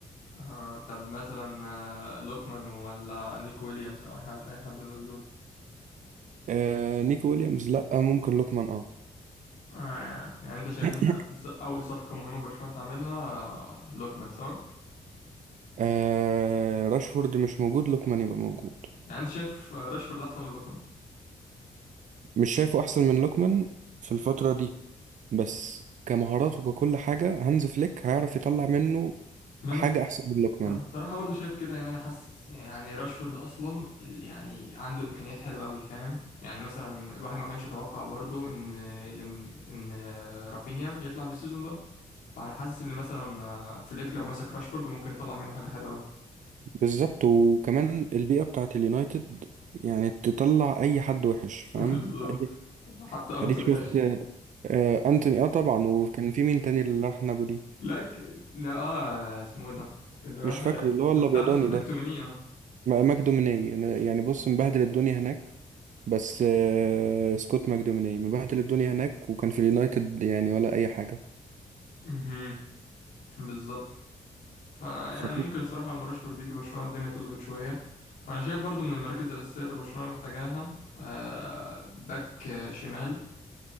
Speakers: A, on the left (about 85°); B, on the right (about 70°).
A: آه طب مثلا آه، لوكمان ولا نيكو ويليامز او اي حد اي حد من الناس دول
B: آه نيكو ويليامز لا ممكن لوكمان اه
A: آه يعني يعني انت شايف
B: <clears throat>
A: مثلا س- اول صفقة مهمة برشلونة تعملها آه، لوكمان صح
B: آه راشفورد مش موجود لوكمان يبقى موجود
A: يعني انت شايف آه، راشفورد احسن من لوكمان
B: مش شايفه احسن من لوكمان في الفترة دي بس كمهارات وككل حاجة هانز فليك هيعرف يطلع منه
A: ما انا
B: حاجة احسن من لوكمان
A: انا بصراحه برضه شايف كده يعني انا حاسس يعني راشفورد اصلا ال- يعني عنده امكانيات حلوه قوي فاهم يعني مثلا الواحد ما كانش يتوقع برضه ان ان رافينيا يطلع بالسيزون ده فانا حاسس ان مثلا فليك لو مسك راشفورد ممكن يطلع منه حاجه حلوه قوي
B: بالظبط وكمان البيئة بتاعت اليونايتد يعني تطلع اي حد وحش فاهم
A: <laughs> بالظبط
B: أي-
A: حتى انتوني
B: اديك شفت
A: يعني
B: آه انتوني اه طبعا وكان في مين تاني اللي راح نابولي
A: لا ك- لا اه اسمه ايه ده اللي راح
B: مش
A: <laughs>
B: فاكره اللي هو الابيضاني
A: بتاع نص المكتومينية
B: ده
A: اه
B: م- ماجدو مني يعني بص مبهدل الدنيا هناك بس آه، سكوت ماكدوميناي مبهدل الدنيا هناك وكان في اليونايتد يعني ولا اي حاجه
A: مهم. بالظبط فيعني
B: ففي
A: ممكن الصراحة لما راشفورد يجي برشلونة الدنيا تظبط شوية وأنا شايف برضو من المراكز الأساسية اللي برشلونة محتاجاها آه، باك آه، شمال